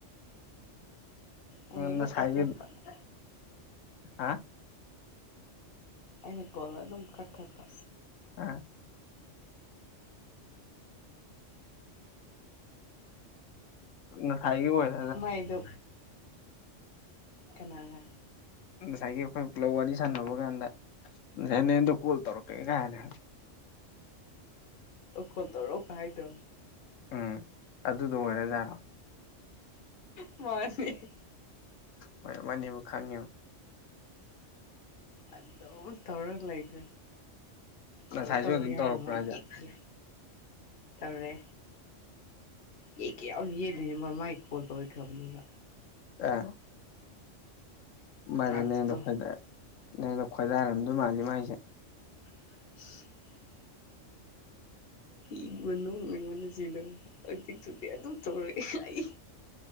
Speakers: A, on the left (about 50°); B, on the left (about 85°).
A: ꯑ ꯃ
B: ꯉꯁꯥꯏꯒꯤ
A: ꯅꯧ ꯀ ꯊꯠ <unintelligible>
B: ꯍꯥ
A: ꯑꯩꯅ ꯀꯣꯜ ꯑꯗꯨꯝ ꯀꯛ ꯊꯠꯄ
B: ꯑ ꯉꯁꯥꯢꯒꯤ ꯑꯣꯢꯔꯦ
A: ꯃꯥꯏꯗꯣ ꯀꯅꯥꯔ
B: ꯉꯁꯥꯏꯒꯤ ꯑꯩꯈꯣꯏ ꯄꯨꯂꯞ ꯋꯥꯔꯤ ꯁꯥꯟꯅꯕ ꯀꯥꯟꯗ ꯉꯁꯥꯏ ꯅꯗꯣ ꯀꯣꯜ ꯇꯧꯔꯛꯀꯒꯦ ꯀꯥꯏꯅ
A: ꯑꯣ ꯈꯣꯜ ꯇꯧꯔꯛꯕ ꯍꯥꯢꯗꯣ
B: ꯎꯝ ꯑꯗꯨꯗ ꯑꯣꯏꯔꯖꯥꯔ
A: ꯃꯥꯅꯤ <unintelligible>
B: ꯍꯣꯏ ꯑꯃ ꯑꯅꯤꯕꯨ ꯈꯪꯉꯤꯕ
A: ꯑꯗꯨ ꯇꯧꯔꯒ ꯂꯩꯒꯦ ꯀꯣꯜ
B: ꯉꯁꯥꯏꯁꯨ
A: ꯇꯧꯔꯤ
B: ꯑꯗꯨꯝ
A: ꯍꯥꯏꯔꯝ
B: ꯇꯧꯔꯛꯄ꯭ꯔꯣ
A: <unintelligible> ꯒ
B: ꯍꯥꯏꯁꯦ
A: ꯌꯦ ꯀ ꯇꯧꯔꯦ ꯌꯦ ꯀꯦ ꯌꯥꯝ ꯌꯦꯛꯗꯣꯏꯅꯦꯃꯥꯏꯒꯤ ꯀꯣꯜ ꯇꯧꯔꯈ꯭ꯔꯕꯅꯦꯕ
B: ꯑ ꯃꯥꯁꯦ
A: ꯇꯥꯛꯁꯇꯣ
B: ꯅꯗꯣ ꯈꯗꯥ ꯅꯗꯣ ꯈꯣꯏꯗꯥꯔꯝꯗꯣꯏ ꯃꯥꯜꯂꯤ ꯃꯥꯥꯏꯁꯦ
A: <inaudible> ꯏ ꯅꯣꯡ ꯑꯩꯉꯣꯟꯗ ꯁꯤꯗꯕ ꯑꯗꯨꯗꯤꯨꯗꯤ ꯑꯗꯨꯝ ꯇꯧꯔꯛꯑꯦ ꯑꯩ